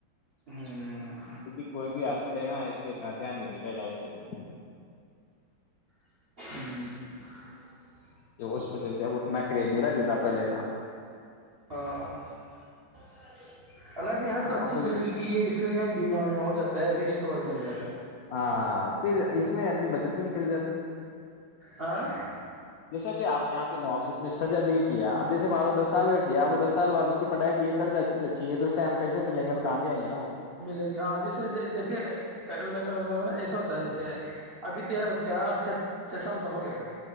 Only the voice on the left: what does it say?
کیونکہ کوئی بھی آج کل ہے نا ہے اس پتنا دھیان نہیں رے پہلا ایسو بول
تو اس وجہ سے اب اتنا کریز نہیں رہ جتا پہلے تھا
ہاں
بھائی
ہاں پھر اس میں اپنی بچت بھی نکل جاتی
جیسے بھی آپ آپ کے ن سزا دے کے کیا اب جیےارو دس سال کا کیا ا وہ دس سال بع اس پڑھائی کے لیے کر جای چی تو اسٹم پہسےلیں گے تو کام ہیئ گی